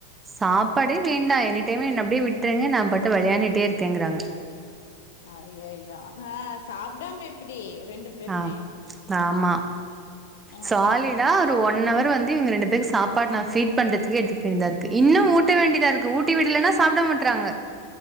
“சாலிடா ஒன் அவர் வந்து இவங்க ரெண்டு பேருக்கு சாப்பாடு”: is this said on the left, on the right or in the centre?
Right